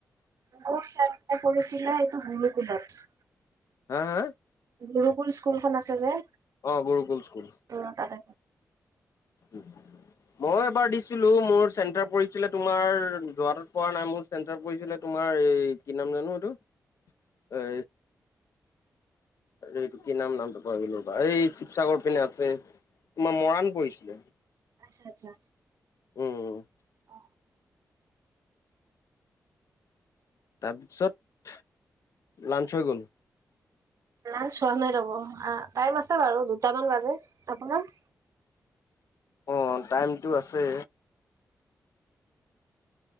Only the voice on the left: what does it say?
হা হা
অ গৰুকুল স্কুল
উম মই এবাৰ দিছিলো মোৰ চেণ্টাৰ পৰিছিলে তোমাৰ যোৰহাটত পৰা নাই মোৰ চেণ্টাৰ পৰিছিলে তোমাৰ তোমাৰ এই কি নাম জানো এইটো এ এইটো কি নাম নামটো পাহৰিলো ৰবা এই শিৱসাগৰ পিনে আছে তোমাৰ মৰাণ পৰিছিলে
উম
তাৰপিছত লাঞ্চ হৈ গ'ল
অ টাইমটো আছে